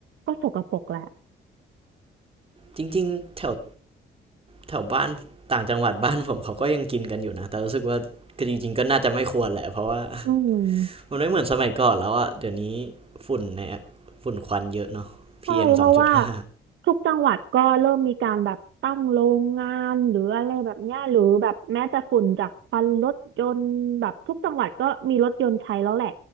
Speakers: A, on the right (about 70°); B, on the right (about 30°).
A: ก็สกปรกแหละ
B: จริงๆแถว แถวบ้านต่างจังหวัดบ้านผมเขาก็ยังกินกันอยู่นะแต่รู้สึกว่าก็จริงๆก็น่าจะไม่ควรแหละเพราะว่า
A: อืม
B: มันไม่เหมือนสมัยก่อนแล้วอ่ะเดี๋ยวนี้ฝุ่นในฝุ่นควันเยอะเนาะพีเอ
A: ใช่เพราะว่า
B: m 2.5องจุดห้า
A: ทุกจังหวัดก็เริ่มมีการแบบตั้งโรงงานหรืออะไรแบบเนี้ยหรือแบบแม้แต่ฝุ่นจากควันรถยนต์แบบทุกจังหวัดก็มีรถยนต์ใช้แล้วแหละ